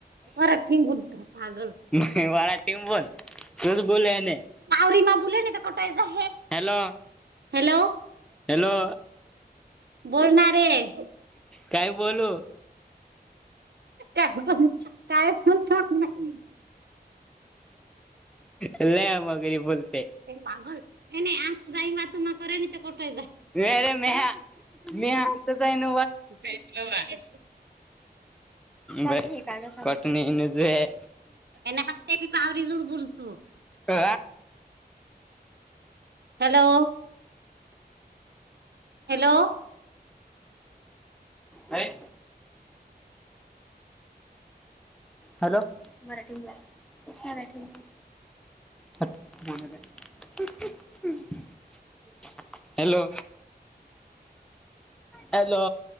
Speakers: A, on the right; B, in the centre.
A: वर तिंग बडत पगल..
B: नाही मराठीत बोल तुस बोले ह...
A: आवरिमा बुले नाही तर कटोय जा..
B: हॅलो
A: हॅलो...
B: हॅलो..
A: बोलणार रे
B: काय बोलू
A: काय..... कायच म्होल....
B: ल मगरी बोल....
A: मागल नाही आ तू जा वातू करा
B: मेरे मेहा मी हातच आहे न
A: ते.... आहे...
B: बर कटणी नज आहे.
A: आणि ह ते बी पावररी जुड बुलतो.
B: अ...
A: हॅलो... हॅलो!
B: अरे हॅलो मराठी बोल. <unintelligible> Hello hello!